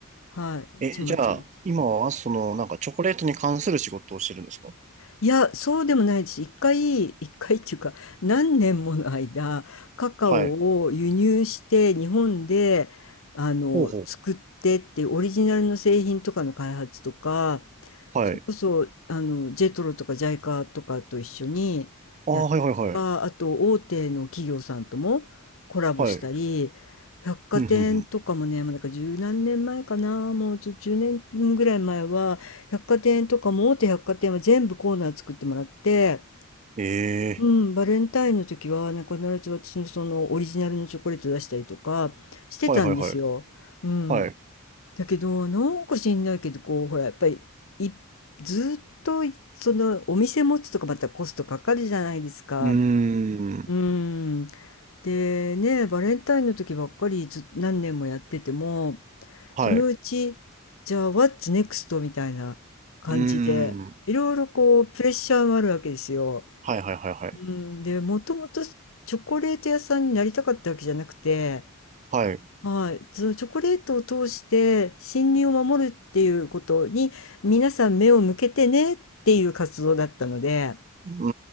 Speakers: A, on the left; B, on the right.
A: はい、
B: ええ、
A: ちまちま
B: じゃあ、今は、その、なんかチョコレートに関する仕事をしてるんですか
A: いや、そうでもないです。一回、一回っていうか、何年もの間、カカオを輸入して、
B: はい。
A: 日本で、あの、
B: ほうほう。
A: 作ってってオリジナルの製品とかの開発とか、
B: はい。
A: それこそあのジェトロとかジャイカとかと一緒にやったりとかあと大手の企業さんともコラボしたり
B: ああ、はいはいはい。はい。
A: 百貨店とかもねもうなんか十何年前かなもうちょ10年ぐらい前は百貨店とかも大手百貨店は全部コーナー作ってもらって、
B: ふんふんふん。ええ
A: うん、バレンタインの時はなんか必ず私のそのオリジナルのチョコレート出したりとかしてたんですよ。
B: はいはいはい。
A: うん、
B: はい。
A: だけど、なんか知んないけど、こう、ほら、やっぱり、い、ずっとい、その、お店持つとかまたコストかかるじゃないですか。
B: うー
A: う
B: ん。
A: ん。で、ね、バレンタインの時ばっかりず、何年もやってても、
B: はい。
A: そのうち、
B: う
A: じゃあ、What's next? みたいな感じで、
B: ーん。
A: いろいろこう、プレッシャーもあるわけですよ。
B: はいはいはいはい。
A: うん。で、もともとチョコレート屋さんになりたかったわけじゃなくて、
B: はい。
A: はい、そのチョコレートを通して森林を守るっていうことに皆さん目を向けてねっていう活動だったので、
B: う